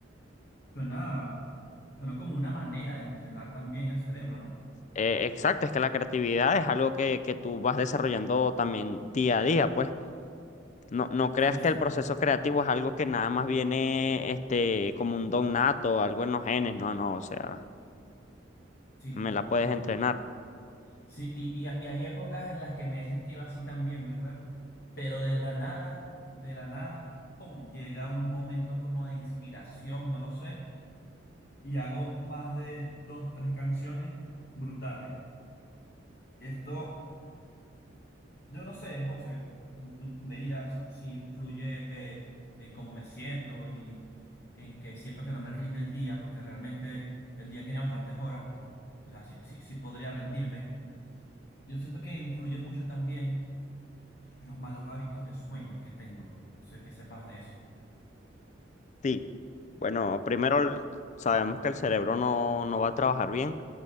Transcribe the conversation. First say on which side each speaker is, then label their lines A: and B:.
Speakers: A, on the left; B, on the left.
A: Suena, suena como una manera de entrenar también el cerebro, ¿no?
B: Eh, exacto, es que la creatividad es algo que, que tú vas desarrollando también día a día, pues. No, no creas
A: Sí, sí,
B: que el proceso creativo es algo que nada más viene este, como un don nato, algo en los genes, no, no, o sea,
A: sí,
B: me la
A: entiendo.
B: puedes entrenar.
A: Sí, y, y, y hay épocas en las que me he sentido así también, ¿verdad? Pero de la nada, de la nada, ¡pum! Llega un momento como de inspiración, no lo sé, y hago más de dos, tres canciones brutales. Esto, yo no sé, José, tú, tú, tú me dirás si influye eh, en cómo me siento y en que siento que no me rinde el día, porque realmente el día tiene bastantes horas, po- o sea, sí, sí sí podría rendirme. Yo siento que influye mucho también los malos hábitos de sueño que tengo. No sé qué sepas de eso.
B: Sí. Bueno, primero el- sabemos que el cerebro no, no va a trabajar bien